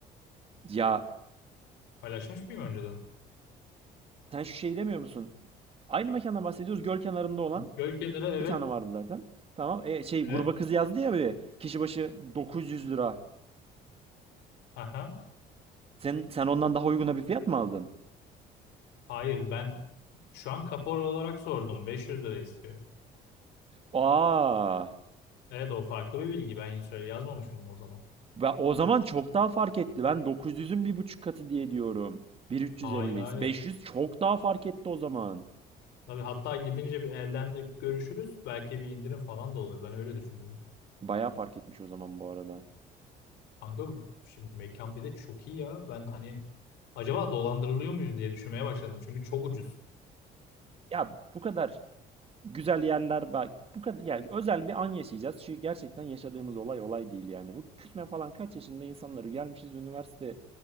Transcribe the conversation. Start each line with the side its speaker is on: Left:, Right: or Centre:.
Right: Ya
Left: Paylaşmış mıyım önceden?
Right: sen şu şeyi demiyor musun? Aynı mekandan bahsediyoruz. Göl kenarında olan
Left: Göl kenarı evet.
Right: bir tane vardı zaten. Tamam. E, şey
Left: Evet.
Right: gruba kız yazdı ya bir kişi başı 900 lira.
Left: Aha.
Right: Sen sen ondan daha uyguna bir fiyat mı aldın?
Left: Hayır ben şu an kapora olarak sordum. 500 lira istiyor.
Right: Aa,
Left: Evet o farklı bir bilgi. Ben söyle yazmamışım onu o zaman.
Right: ben o zaman çok daha fark etti. Ben dokuz yüzün bir buçuk katı diye diyorum. bin üç
Left: Hayır
Right: yüz elliyiz.
Left: hayır.
Right: beş yüz çok daha fark etti o zaman.
Left: Tabii hatta gidince bir elden de görüşürüz. Belki bir indirim falan da olur. Ben öyle düşünüyorum.
Right: Bayağı fark etmiş o zaman bu arada.
Left: Kanka şimdi mekan bir de çok iyi ya. Ben hani acaba dolandırılıyor muyuz diye düşünmeye başladım. Çünkü çok ucuz.
Right: Ya bu kadar güzel yerler var. Bu kadar yani özel bir an yaşayacağız. Çünkü gerçekten yaşadığımız olay olay değil yani. Bu küçme falan kaç yaşında insanları gelmişiz üniversite